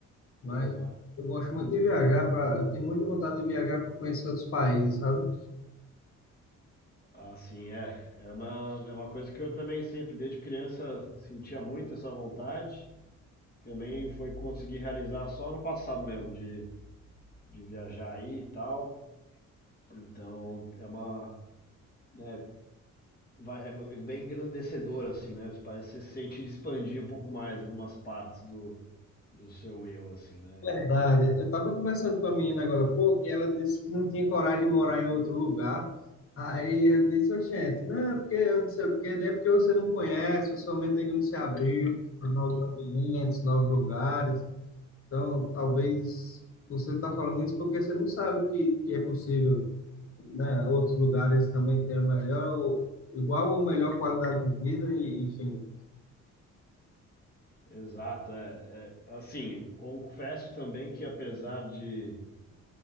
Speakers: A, on the left; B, on the left.
A: mas
B: Oba.
A: eu gosto muito de viajar, pra, eu tenho muita vontade de viajar para conhecer outros países, sabe?
B: Assim, é. É uma, é uma coisa que eu também sempre, desde criança, sentia muito essa vontade. Também foi conseguir realizar só no passado mesmo, de, de viajar aí e tal. Então, é uma, né, vai- é é bem engrandecedor, assim, né? Parece que você sente expandir um pouco mais algumas partes do, do seu eu, assim, né?
A: Verdade.
B: E-
A: Eu tava conversando com a menina agora há pouco e ela disse que não tinha coragem de morar em outro lugar. Aí eu disse, ô, gente, não, porque eu não sei o quê, daí é porque você não conhece, sua mente ainda não se abriu para novos ambientes, novos lugares. Então, talvez você está falando isso porque você não sabe que, que é possível, né? Outros lugares também têm a melhor, igual ou melhor qualidade de vida, e, enfim.
B: exato, é, é. é Assim, confesso também que apesar de